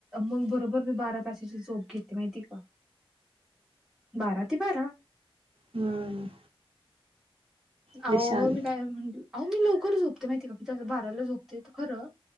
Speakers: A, in the centre; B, on the right (about 70°).
A: मग बरोबर मी बारा तासाची झोप घेते माहिती का बार त बार
B: हम्म
A: अहो
B: लय शहाणी
A: मी काय म्हणते अहो मी लवकर झोपते माहिती आहे का कि बाराला झोपते तर खरं